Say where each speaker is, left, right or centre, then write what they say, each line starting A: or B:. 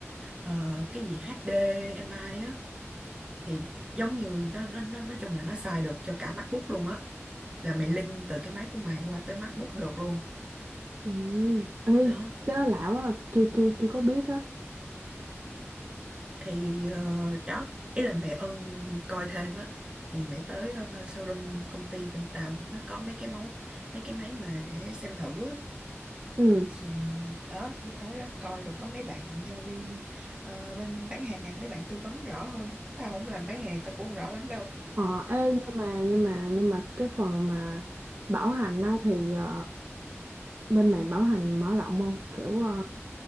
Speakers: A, on the right (about 20°); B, on the right (about 50°).
A: ờ, cái gì HDMI á thì giống như nó nó nó nói chung là nó xài được cho cả MacBook luôn á là mày link từ cái máy của mày qua tới MacBook được luôn
B: Ừ. Ê,
A: đó
B: cái đó lạ quá à. chưa chưa chưa có biết á
A: thì ờ, đó ý là mẹ Ân coi thêm á thì mẹ tới ờ, showroom công ty bên Tàu nó có mấy cái máu mấy cái máy mà để xem thử á
B: ừ
A: thì đó đi tới đó coi rồi có mấy bạn nhân viên ờ, bên bán hàng mấy bạn tư vấn rõ hơn tao không làm bán hàng tao cũng không rõ lắm đâu
B: ờ ê, nhưng mà nhưng mà nhưng mà cái phần mà bảo hành á thì ờ, bên mày bảo hành mở rộng không kiểu ờ,